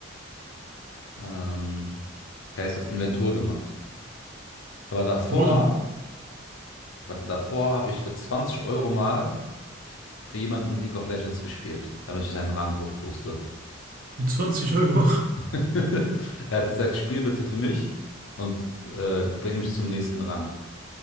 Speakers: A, on the left (about 70°); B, on the right (about 40°).
A: ähm, wie heißt das, Inventur gemacht. Aber davor,
B: Wo denn?
A: warte, davor habe ich für 20 Euro mal für jemanden League of Legends gespielt, damit ich seinen Rang hochbooste.
B: Mit 20 Euro.
A: <laughs> Er hat gesagt, spiel bitte für mich und äh, bring mich zum nächsten Rang,